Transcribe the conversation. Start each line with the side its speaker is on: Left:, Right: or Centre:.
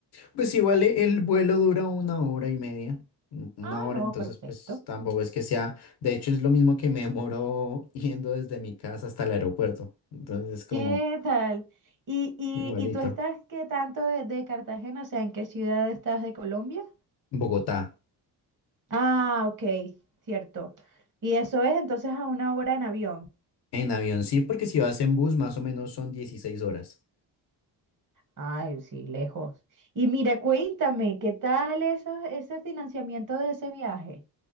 Left: Pues igual e- el vuelo dura una hora y media, un- una
Right: Ah,
Left: hora,
Right: no,
Left: entonces
Right: perfecto.
Left: pues tampoco es que sea... De hecho es lo mismo que me demoro <laughs> yendo desde mi casa hasta el aeropuerto. Entonces es como
Right: ¿Qué tal? ¿Y, y,
Left: igualito.
Right: y tú estás qué tanto de, de Cartagena? O sea, ¿en qué ciudad estás de Colombia?
Left: Bogotá.
Right: Ah, ok, cierto. Y eso es entonces a una hora en avión.
Left: En avión sí, porque si vas en bus más o menos son 16 horas.
Right: Ay, sí, lejos. Y mira, cuéntame, ¿qué tal eso, ese financiamiento de ese viaje?